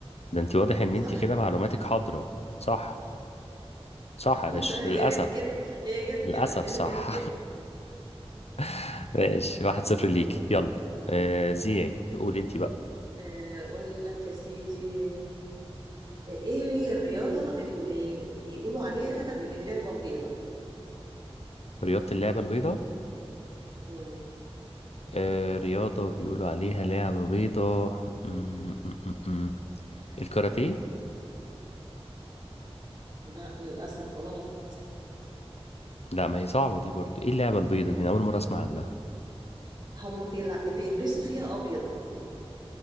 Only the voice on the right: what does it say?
صح
<laughs>
هي
جت كده هي جت
كده <laughs>
جت كده
آه، اقول لك يا سيدي آه، ايه هي الرياضه اللي بيقولوا عليها اللعبه البيضاء
مم.
لا للاسف غلط
هما بيلع... بيلبسوا فيها ابيض